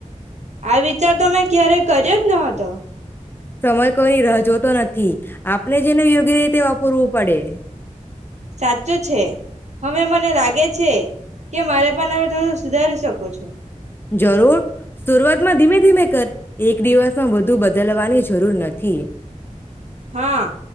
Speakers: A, on the right; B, on the left.
A: આ વિચાર તો મે ક્યારે કર્યો જ ન હતો.
B: સમય કોઈની રાહ જોતો નથી. ઠીક. આપણે જેને યોગ્ય રીતે પૂરવું પડે.
A: સાચો છે હવે મને લાગે છે કે મારે પણ હમે થોડું સુધારી શકુ છું.
B: જરુ સુરુવાતમાં ધીમે ધીમે કર એક દિવસમાં બધું બદલવાની જરૂર નથી.
A: હા